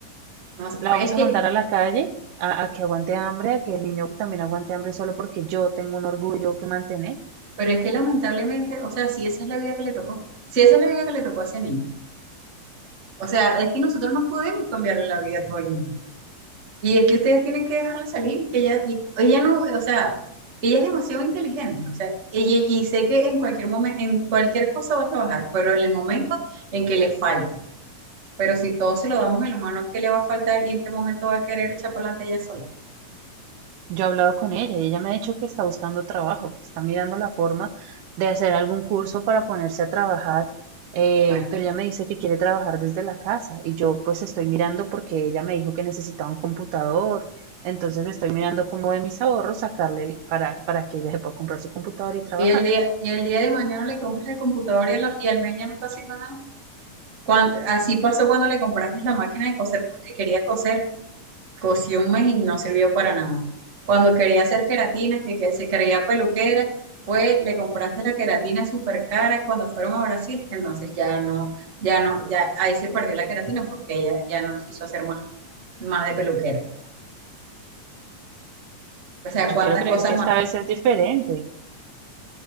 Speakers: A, on the right; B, on the right.
A: No sé,
B: la
A: pero
B: vamos
A: es que,
B: a mandar a la calle a, a que aguante hambre, a que el niño también aguante hambre solo porque yo tengo un orgullo que mantener.
A: pero es que lamentablemente, o sea, si esa es la vida que le tocó, si esa es la vida que le tocó a ese niño. O sea, es que nosotros no podemos cambiarle la vida a todo el mundo. Y es que ustedes tienen que dejarla salir, que ella, y- ella no, o sea, ella es demasiado inteligente, o sea, y, y- y sé que en cualquier momento, en cualquier cosa va a trabajar, pero en el momento en que le falte, pero si todo se lo damos en la mano, ¿qué le va a faltar y en qué momento va a querer echar para adelante ella sola?
B: Yo he hablado con ella y ella me ha dicho que está buscando trabajo, que está mirando la forma de hacer algún curso para ponerse a trabajar, eh,
A: Imagínate.
B: pero ella me dice que quiere trabajar desde la casa y yo pues estoy mirando porque ella me dijo que necesitaba un computador, entonces estoy mirando cómo de mis ahorros sacarle para, para que ella se pueda comprar su computador y trabajar.
A: Y el día, y el día de mañana le compras el computador y, al y al mes ya no está haciendo nada. Cuan- así pasó cuando le compraste la máquina de coser porque quería coser Cocí un mes y no sirvió para nada. Cuando quería hacer queratina, que, que se creía peluquera, fue, le compraste la queratina súper cara cuando fueron a Brasil, entonces ya no, ya no, ya ahí se perdió la queratina porque ella ya no quiso hacer más, más de peluquera. O sea,
B: Yo
A: cuántas
B: quiero creer
A: cosas
B: que
A: más.
B: esta vez es diferente.